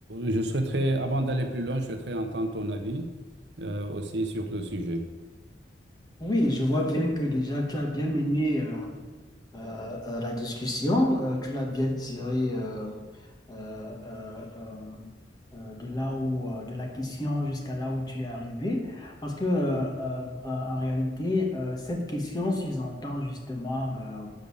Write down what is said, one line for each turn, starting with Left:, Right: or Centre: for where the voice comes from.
Right: je souhaiterais, avant d'aller plus loin, je souhaiterais entendre ton avis euh, aussi sur le sujet.
Left: Oui, je vois bien que déjà tu as bien mené euh, euh, euh, la discussion, euh, tu l'as bien tirée euh, euh, euh, euh, de là où, euh, de la question jusqu'à là où tu es arrivé. Parce que, euh, euh, euh, en réalité, euh, cette question sous-entend justement euh,